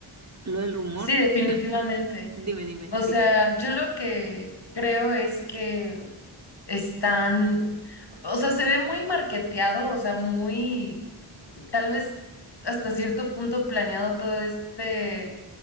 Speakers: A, on the right; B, on the left.
A: Lo del rumor,
B: Sí, definitivamente.
A: <laughs> dime, dime,
B: O
A: sí.
B: sea, yo lo que creo es que están, o sea, se ve muy marketeado, o sea, muy, tal vez hasta cierto punto planeado todo este